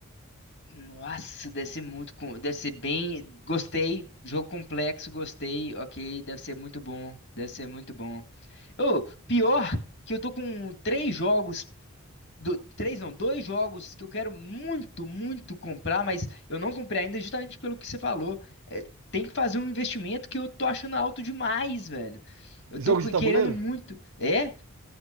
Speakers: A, on the left; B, on the right.
A: Nossa, deve ser muito, com- deve ser bem, gostei, jogo complexo, gostei, ok, deve ser muito bom, deve ser muito bom. Ô, pior que eu tô com três jogos, do- três não, dois jogos que eu quero muito, muito comprar, mas eu não comprei ainda justamente pelo que você falou. É, tem que fazer um investimento que eu tô achando alto demais, velho. Eu
B: Jogo
A: tô que-
B: de tabuleiro?
A: querendo muito, é,